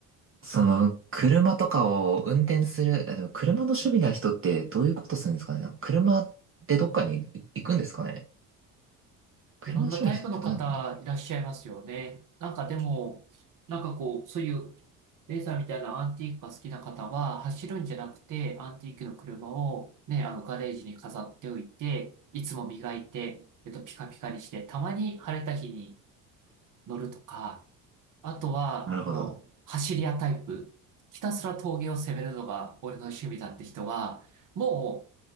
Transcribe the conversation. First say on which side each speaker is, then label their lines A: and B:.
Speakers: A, on the right; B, on the right.
A: その、車とかを運転する、あでも車の趣味な人ってどういうことするんですかね。車ってどっかに行くんですかね。車の趣味の人ってどうなんだろう。
B: いろんなタイプの方いらっしゃいますよね。なんかでも、なんかこう、そういうレーサーみたいなアンティークが好きな方は走るんじゃなくて、アンティークの車をね、あのガレージに飾っておいて、いつも磨いて、えっと、ピカピカにして、たまに晴れた日に乗るとか、あとは、
A: なるほど。
B: もう、走り屋タイプ。ひたすら峠を攻めるのが俺の趣味だって人は、もう、